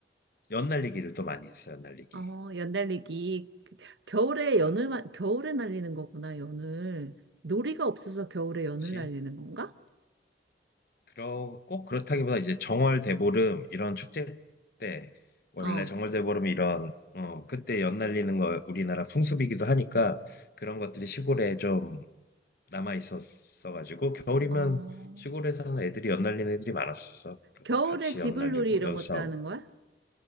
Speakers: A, on the left; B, on the right.
A: 연날리기를 또 많이 했어, 연날리기.
B: 어, 연달리기. 겨울에 연을,
A: 음.
B: 마- 겨울에 날리는 거구나, 연을. 놀이가 없어서 겨울에
A: 그치.
B: 연을 날리는 건가?
A: 그러, 꼭 그렇다기보다 이제 정월대보름 이런 축제 때, 원래
B: 어,
A: 정월대보름 이런, 어, 그때 연날리는 거 우리나라 풍습이기도 하니까 그런 것들이 시골에 좀 남아 있었어가지고, 겨울이면
B: 어.
A: 시골에 사는 애들이 연날리는 애들이 많았었어. 그래서
B: 겨울에
A: 같이
B: 지불놀이
A: 연날리고,
B: 이런
A: 연싸움.
B: 것도 하는 거야?